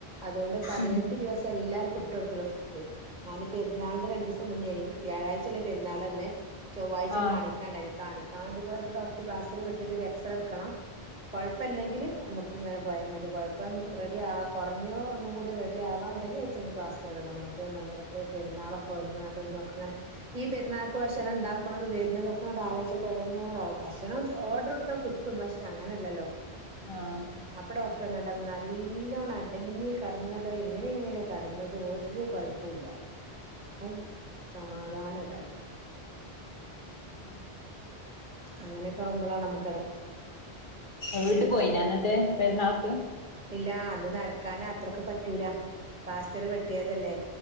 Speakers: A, on the right; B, on the left.
A: അതുകൊണ്ട് പതിനഞ്ചു
B: ഉം
A: ദിവസം എല്ലാരും കു ട്ട് കൊടുക്കലിണ്ട് ഞാന് പെരുന്നാളിന്റെ രണ്ട് ദിവസം മുന്നേ വ്യാഴാഴ്ച അല്ലെ പെരുന്നാൾ വന്നെ ചൊവ്വാഴ്ച
B: ആഹ്
A: കാണിക്കാണ്ടായിനി കാണിക്ക പോയപ്പോ ഡോക്ടർ പ്ലാസ്റ്റർ വെട്ടിട്ട് എക്സറേ എടുക്കണം കുഴപ്പമില്ലെങ്കിൽ നമുക്ക് ഇങ്ങനെ പോയാ മതി കുഴപ്പം റെഡി ആ കുറഞ്ഞോ ഒന്നു കൂടി റെഡിയാവാണ്ടെങ്കി അയച്ചന്ന് പ്ലാസ്റ്റർ ഇടണംഅപ്പൊ ഞാൻ പറഞ്ഞു റബ്ബേ പെരുന്നാളൊക്കെ വന്ന കണ്ട ഇതൊക്കെ ഇങ്ങെ ഈ പെരുന്നാൾക്ക് ഭക്ഷണം ഉണ്ടാക്കുന്നതും വരുന്നതും ഒക്കെങ്ങനെ ആലോചിച്ചപ്പോ ഇടങ്ങേറ് ആവും ഭക്ഷണം ഓർഡർ എടുത്താ കിട്ടും പക്ഷെ അങ്ങനെയല്ലല്ലോ
B: ആഹ്
A: അപ്പൊ ഡോക്ടർ <unintelligible> നല്ലോണ്ണം അടങ്ങി കിടന്നിനല്ലോ ഇങ്ങനെ ഇങ്ങനെയൊക്കെ കിടന്നത് ഒരു കൊഴപ്പൂല്ലാ അത് സമാധാനട്ടായി
B: ഉം
A: അങ്ങനെയൊക്കെ ആവുമ്പളാണ് നമ
B: വീട്ട് പോയിനൊ എന്നിട്ട് പെരുന്നാൾ ക്ക്
A: ഇല്ല അന്ന് നടക്കാന അത്രക്ക് പറ്റൂല പ്ലാസ്റ്റർ വെട്ടിയതല്ലേ